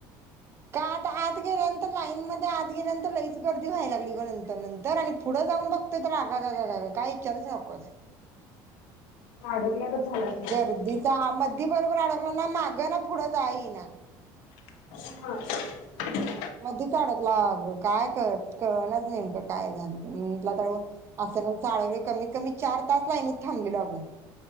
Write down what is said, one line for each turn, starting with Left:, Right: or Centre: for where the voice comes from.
Right: काय आता आत गेल्यानंतर लाईन मध्ये आत गेल्यानंतर लईच गर्दी व्हाला लागली ग. नंतर नंतर आणि पुढं जाऊन बघतो तर आ आग आग आग आग गं काय इचारूच नकोस,
Left: अडकल्यागत झालं असेल जरा
Right: गर्दीच्या मदी बरोबर आडक हो, ना माग ना पुढं जायाय येईना
Left: <inaudible>
Right: मधीच आडकला अग काय कळत कळणाचं नेमकं काय झालं म्हटलं आता आसल चालवलोय कमीत कमी चार तास लाईनीत थांबलेलो आगं.